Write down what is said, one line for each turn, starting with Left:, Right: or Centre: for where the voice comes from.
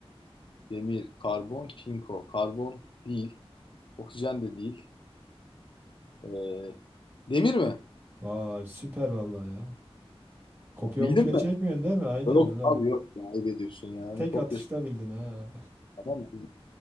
Left: Demir, karbon, çinko. Karbon değil. Oksijen de değil. Ee, demir mi?
Right: Vay süper vallahi ya. Kopya
Left: Bildin
Right: mopya çekmiyorsun
Left: mi?
Right: değil mi? Aynen
Left: Yok
Right: öyle.
Left: abi yok ya ayıp ediyorsun ya. Hani
Right: Tek
Left: kopya
Right: atışta bildin ha.
Left: tamam mı? Biz